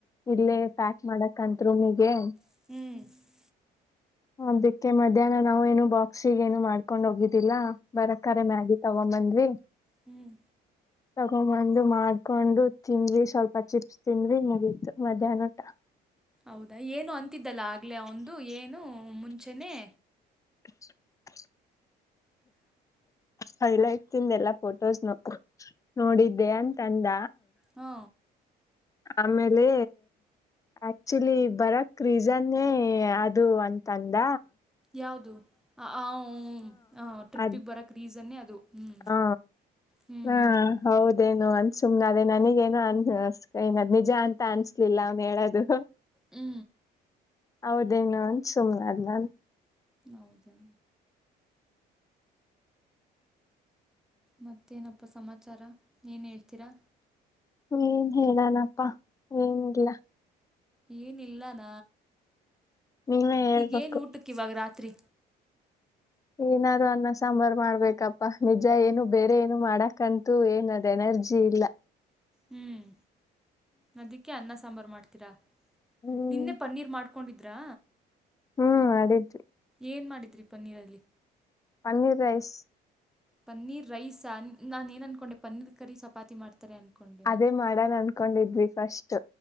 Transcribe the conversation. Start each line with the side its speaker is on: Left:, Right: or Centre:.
Left: ಇಲ್ಲೇ ಪ್ಯಾಕ್ ಮಾಡಕತ್ ರೂಮಿಗೆ
Centre: ಹ್ಮ್
Left: ಅದಿಕ್ಕೆ ಮಧ್ಯಾಹ್ನ ನಾವು ಏನು ಬಾಕ್ಸಿಗೆ ಏನು ಮಾಡ್ಕೊಂಡ್ ಹೋಗಿದ್ದಿಲ್ಲ ಬರಕ್ಕಾರೆ ಮ್ಯಾಗಿ ತಗೊಂಡಬಂದ್ವಿ
Centre: ಹ್ಮ್
Left: ತಗೊಬಂದು ಮಾಡ್ಕೊಂಡು ತಿಂದ್ವಿ ಸ್ವಲ್ಪ ಚಿಪ್ಸ್ ತಿಂದ್ವಿ ಮುಗೀತು ಮಧ್ಯಾಹ್ನ ಊಟ
Centre: ಹೌದಾ ಏನು ಅಂತಿದ್ದಲ್ಲ ಆಗ್ಲೆೇ ಒಂದು ಏನು ಮುಂಚೆನೆೇ
Left: <unintelligible> <unintelligible>
Centre: <inaudible>
Left: ಹೆಲೈಟ್ಸ್ ಇಂದು ಎಲ್ಲಾ ಫೋಟೋಸ್ ನ ನೋಡಿದ್ದೆ ಅಂತ ಅಂದ
Centre: ಹಾ
Left: ಆಮೇಲೆ ಆಕ್ಚುಲಿ ಬರಕ್ ರೀಸನ್ನೇ ಅದು ಅಂತಂದ
Centre: ಯಾವುದು ಹ ಹ ಟ್ರಿಪ್ಪಿಗೆ
Left: ಅದ
Centre: ಬರೋಕ್ ರೀಸನ್ನೇ ಅದು ಹ್ಞೂ
Left: ಹಾ
Centre: ಹ್ಞೂ
Left: ಹಾ
Centre: ಹ್ಞೂ ಹ್ಞೂ
Left: ಹೌದೇನು ಅಂತ ಸುಮ್ನ ಅದೇ ನನಗೆನು ಅನ್ ಏನ್ ನಿಜ ಅಂತ ಅನ್ಸ್ಲಿಲ್ಲ ಅವ್ನು ಹೇಳದು
Centre: ಹ್ಮ
Left: ಹೌದೇನು ಅಂತ ಸುಮ್ನಾದೆ ನಾನ್ನು
Centre: ಹೌದಾ ಮತ್ತೇನಪ್ಪ ಸಮಾಚಾರ ಏನು ಹೇಳ್ತೀರಾ
Left: ಏನ್ ಹೇಳನಪ್ಪಾ ಏನಿಲ್ಲ
Centre: ಏನಿಲ್ಲಾನ
Left: ನೀವೇ ಹೇಳ್ಬೇಕು
Centre: ಈಗೇನ್ ಊಟಕ್ಕೆ ಇವಾಗ ರಾತ್ರಿ?
Left: ಏನಾದ್ರು ಅನ್ನ ಸಾಂಬಾರ್ ಮಾಡ್ಬೇಕಪ್ಪಾ ನಿಜ ಏನು ಬೇರೆ ಏನು ಮಾಡಕಂತೂ ಏನದ್ ಎನರ್ಜಿ ಇಲ್ಲ
Centre: ಹ್ಮ್ ಅದಕ್ಕೆ ಅನ್ನ ಸಾಂಬಾರ್ ಮಾಡ್ತೀರಾ
Left: ಹ್ಮ್
Centre: ನಿನ್ನೆ ಪನ್ನೀರ್ ಮಾಡ್ಕ ಕೊಂಡಿದ್ರಾ?
Left: ಹ್ಮ್ ಮಾಡಿದ್ವಿ
Centre: ಏನು ಮಾಡಿದ್ರರಿ ಪನ್ನೀರಲ್ಲಿ
Left: ಪನ್ನೀರ್ ರೈಸ್
Centre: ಪನ್ನೀರ್ ರೈಸ್ ನಾನು ಏನ್ ಅನ್ಕೊಂಡೆ ಪನ್ನೀರ್ ಕರಿ ಚಪಾತಿ ಮಾಡ್ ತ್ತಾರೆ ಅಂನ್ಕೊಂಡು
Left: ಅದೇ ಮಾಡೋಣ ಅನ್ಕೊಂಡಿದ್ವಿ ಫಸ್ಟ್